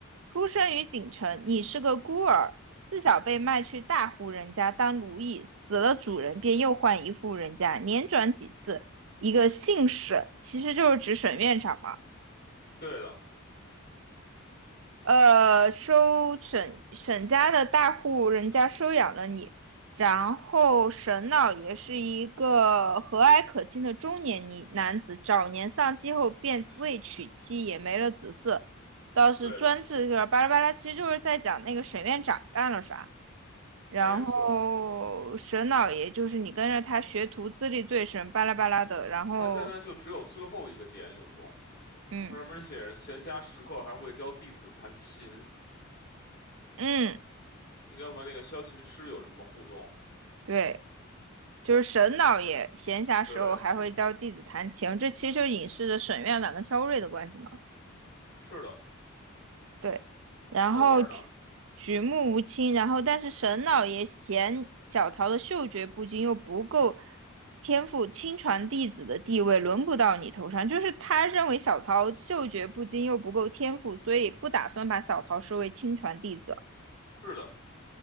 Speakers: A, on the right; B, on the left.
A: 出生于锦城，你是个孤儿，自小被卖去大户人家当奴役，死了主人便又换一户人家，连转几次，一个姓沈，其实就是指沈院长嘛。
B: 对的，
A: 呃，收沈沈家的大户人家收养了你，然后沈老爷是一个和蔼可亲的中年女男子，早年丧妻后便未娶妻，
B: 嗯哼，
A: 也没了子嗣，倒是专制就是巴拉巴拉，
B: 对的，
A: 其实就是在讲那个沈院长干了啥。然后沈老爷就是你跟着他学徒，
B: 没错儿
A: 资历最深，巴拉巴拉的。然后，
B: 他现在就只有最后一个点有用，
A: 嗯
B: 他上面写着闲暇时刻还会教弟子弹琴，
A: 嗯，
B: 应该和那个萧琴师有什么互动？
A: 对。就是沈老爷闲暇时候还会教弟子弹琴，
B: 对，
A: 这其实就隐示着沈院长跟肖睿的关系嘛。
B: 是的，
A: 对，然后举举目无亲，
B: 后边儿呢？
A: 然后但是沈老爷嫌小桃的嗅觉不精，又不够天赋，亲传弟子的地位轮不到你头上。就是他认为小桃嗅觉不精又不够天赋，所以不打算把小桃收为亲传弟子。
B: 是的，